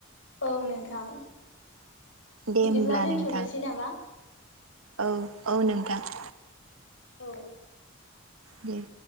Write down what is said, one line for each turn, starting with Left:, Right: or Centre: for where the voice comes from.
Left: औ नोंथां
Right: दे
Left: बिदिब्ला
Right: होमब्ला
Left: दोन्थ'नोसै
Right: नोंथां
Left: नामा।
Right: औ औ नोंथां।
Left: औ।
Right: दे।